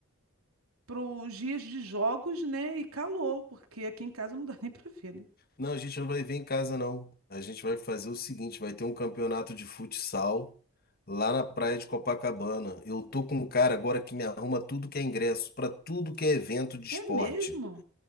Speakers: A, on the right (about 80°); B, on the left (about 45°).
A: pros dias de jogos, né? E calor, porque aqui em casa não dá <laughs> nem pra ver, né?
B: Não, a gente não vai ver em casa, não. A gente vai fazer o seguinte: vai ter um campeonato de futsal lá na praia de Copacabana. Eu tô com um cara agora que me arruma tudo que é ingresso, pra tudo que é evento de esporte.
A: É mesmo?